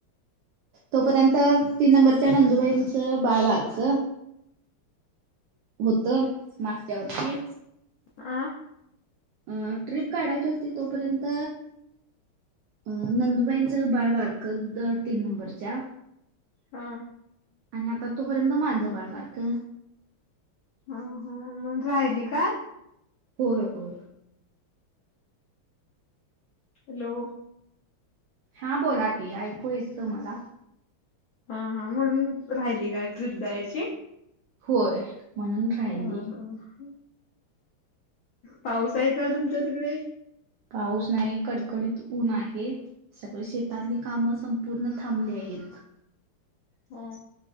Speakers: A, on the right; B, on the left.
A: तोपर्यंत तीन नंबरच्या नंदुबाईंचं बाळबार्क होत मागच्या वरती
B: अं
A: अ ट्रिप काढायची होती तोपर्यंत अ नंदुबाईंचं बाळ वारक तीन नंबरच्या
B: हा
A: आणि आता तोपर्यंत माझं बाळबारक
B: ह हा मग राहिली का
A: होय होय
B: हॅलो
A: हां बोला की ऐकू येत त मला
B: हा हा म्हणून राहिली का ट्र्रीप जायची
A: होय म्हणून राहिली
B: हा ह पाऊस आहे का तुमच्या तिकडे
A: पाऊस नाही कडकडीत ऊन आहे सगळी शेतातली कामच संपूर्ण थांबले आहेत
B: ह